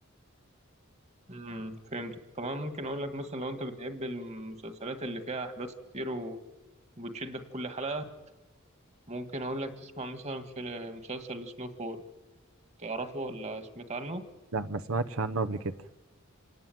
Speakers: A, on the right; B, on the right.
A: امم فهمت طبعا ممكن اقول لك مثلا لو انت بتحب المسلسلات اللي فيها احداث كتير و- وبتشدك كل حلقة ممكن اقول لك تسمع مثلا في مسلسل سنو فول تعرفه ولا سمعت عنه
B: لا ما سمعتش عنه قبل كده